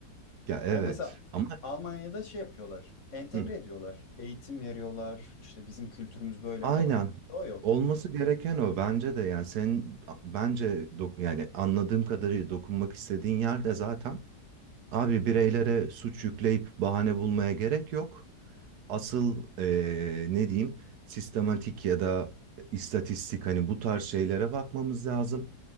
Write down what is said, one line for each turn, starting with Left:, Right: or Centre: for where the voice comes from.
Right: Ya
Left: O
Right: evet.
Left: mesela
Right: Ama
Left: Almanya'da şey yapıyorlar. Entegre
Right: hı,
Left: ediyorlar. Eğitim veriyorlar. İşte bizim kültürümüz böyle
Right: aynen.
Left: falan. O yok.
Right: Olması gereken o bence de yani senin bence dok- yani anladığım kadarıyla dokunmak istediğin yerde zaten Abi bireylere suç yükleyip bahane bulmaya gerek yok. Asıl eee, ne diyeyim sistematik ya da istatistik hani bu tarz şeylere bakmamız lazım.